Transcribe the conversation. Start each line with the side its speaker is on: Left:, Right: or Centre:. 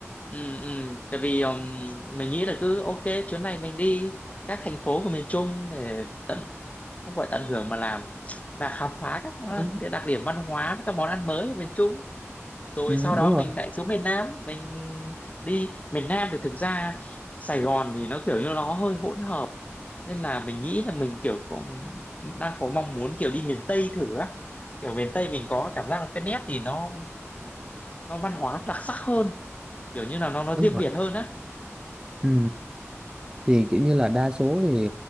Left: ừ, ừ. tại vì um, mình nghĩ là cứ ok chuyến này mình đi các thành phố của miền Trung để tận không gọi tận hưởng mà làm là khám phá các món-
Right: Đó.
Left: cái đặc điểm văn hóa với các món ăn mới ở miền Trung rồi
Right: ừ,
Left: sau đó
Right: đúng rồi
Left: mình lại xuống miền Nam mình đi miền Nam thì thực ra Sài Gòn thì nó kiểu như nó hơi hỗn hợp nên là mình nghĩ là mình kiểu có, đang có mong muốn kiểu đi miền Tây thử á kiểu miền Tây mình có cảm giác là cái nét thì nó nó văn hóa đặc sắc hơn kiểu như là nó nó
Right: đúng
Left: riêng
Right: rồi
Left: biệt hơn á
Right: ừ. thì kiểu như là đa số thì